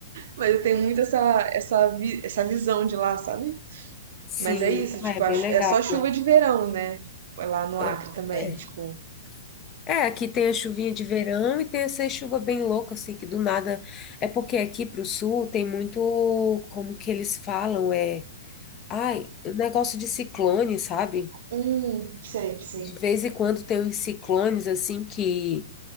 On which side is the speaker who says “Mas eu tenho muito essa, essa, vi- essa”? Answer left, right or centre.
Right